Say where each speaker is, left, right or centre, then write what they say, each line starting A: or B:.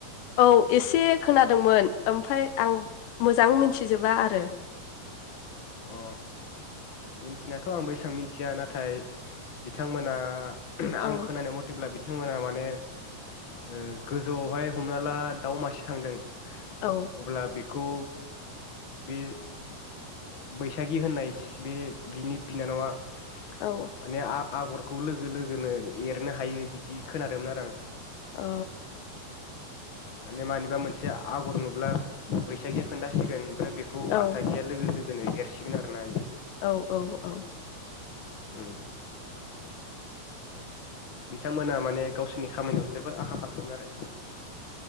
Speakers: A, on the left; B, on the left.
A: औ एसे खोनादोंमोन ओमफ्राय आं मोजां मिथिजोबा आरो।
B: अ मिथिनायथ' आंबो एसां मिथिया नाथाय बिथांमोना
A: औ
B: आं खोनानाय मथेब्ला बिथांमोना माने ओ गोजौआवहाय हमना ला दाउ मासे थांदों।
A: औ
B: अब्ला बे खौ बे बैसागि होननाय बे बिनि बिनानावआ माने
A: औ ओ
B: आ आगरखौ लोगो लोगोनो एरनो हायो बिदि खोनादोंमोन आरो आं।
A: अ।
B: माने मानिबा मोनसे आगर नुब्ला बैसागिया खोन्थासिगोन ओमफ्राय बेखौ
A: औ
B: आसागिया लोगो लोगो एरसिगोन आरो ना बि-
A: औ औ औ।
B: उम। बिथांमोना माने गावसिरनि खामानियाव जोबोर आखा फाखामोन आरो